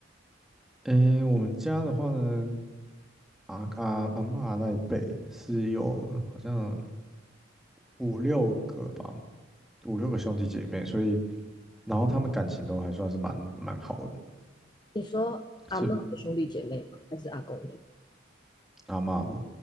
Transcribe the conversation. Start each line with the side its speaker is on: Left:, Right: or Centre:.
Centre: 诶，我们家的话呢，阿阿阿嬷那一辈是有好像五六个吧，五六个兄弟姐妹，所以然后他们感情都还算是蛮蛮好的，
Left: 你说阿嬷的兄弟姐妹吗？
Centre: 是。
Left: 还是阿公的？
Centre: 阿嬷的，